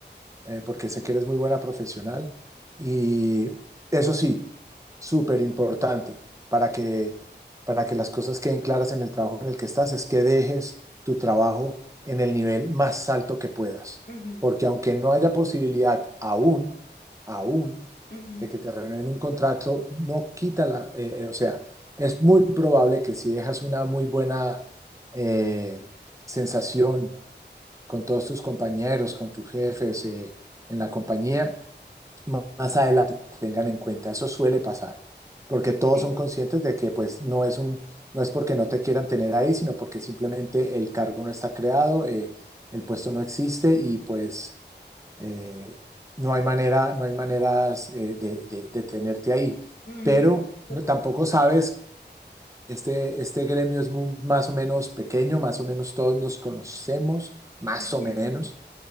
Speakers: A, on the right (about 15°); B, on the left (about 60°).
A: eh, porque sé que eres muy buena profesional. Y eso sí, súper importante para que, para que las cosas queden claras en el trabajo en el que estás, es que dejes tu trabajo en el nivel más alto que puedas.
B: Ujú,
A: Porque aunque no haya posibilidad aún, aún,
B: ujú,
A: de que te renueven un contrato, no quita la, eh, eh, o sea, es muy probable que si dejas una muy buena eh, sensación con todos tus compañeros, con tus jefes, eh, en la compañía, más adelante te tengan en cuenta. Eso suele pasar, porque todos
B: sí.
A: son conscientes de que pues no es un, no es porque no te quieran tener ahí, sino porque simplemente el cargo no está creado, eh, el puesto no existe y pues eh, no hay manera, no hay maneras eh, de, de- de tenerte ahí.
B: Mm,
A: Pero
B: total.
A: no- tampoco sabes, este, este gremio es mu- más o menos pequeño, más o menos todos nos conocemos, más
B: Ujú.
A: o menos.